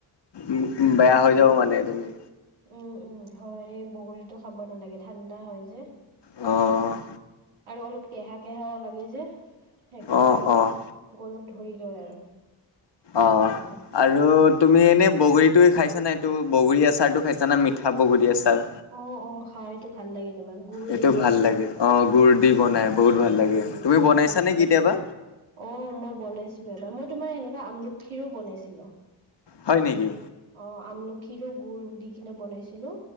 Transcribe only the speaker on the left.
উম বেয়া হৈ যাব মানে তুমি
অঁ
অ'
অ'
অ
আৰু তুমি এনে বগৰী খাইছা নাই এইটো বগৰী আচাৰটো খাইছা না মিঠা বগৰী আচাৰ?
এইটো
ভাল লাগে অ', গুৰ দি বনাই বহুত ভাল লাগে।
তুমি
বনাইছা
নে
কেতিয়াবা?
হয় নেকি?